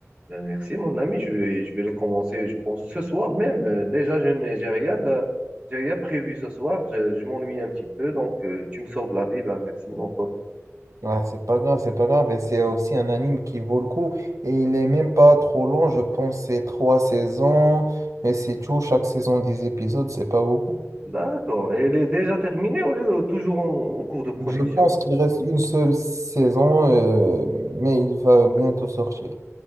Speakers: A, on the right; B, on the right.
A: Ben, merci, mon ami. Je vais, je vais le commencer, je pense, ce soir même. Euh, Déjà, je n'ai, j'ai rien de- j'ai rien prévu ce soir. Je, je m'ennuie un petit peu, donc euh, tu me sauves la vie. Ben, merci, mon pote.
B: Ouais, c'est pas grave, c'est pas grave. Et c'est aussi un anime qui vaut le coup. Et il est même pas trop long, je pense, c'est trois saisons. Mais c'est tout, chaque saison 10 épisodes, c'est pas beaucoup.
A: D'accord. Et elle est déjà terminée ou elle est toujours en, en cours de production?
B: Je Mhm. pense qu'il reste une seule saison, euh, mais il va bientôt sortir.